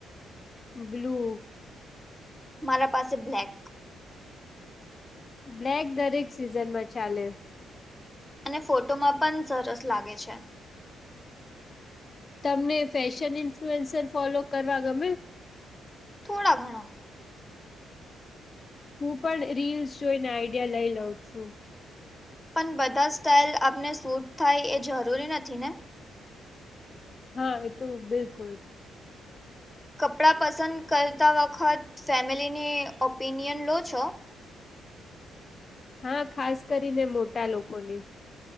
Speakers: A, on the left; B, in the centre.
A: બ્લુ
B: મારા પાસે બ્લેક
A: બ્લેક દરેક સિઝનમાં ચાલે
B: અને ફોટોમાં પણ સરસ લાગે છે
A: તમને ફેશન ઇન્ફ્લુઅન્સર ફોલો કરવા ગમે
B: થોડા ઘણાો
A: હું પણ રીલ્સ જોઈને આઈડિયા લઈ લઉં છું
B: પણ બધા સ્ટાઇલ આપને સૂટ થાય એ જરૂરી નથી ને
A: હા એ તો બિલકુલ
B: કપડાં પસંદ કરતા વખત ફેમિલીની ઓપિનિયન લો છો
A: હા ખાસ કરીને મોટા લોકોને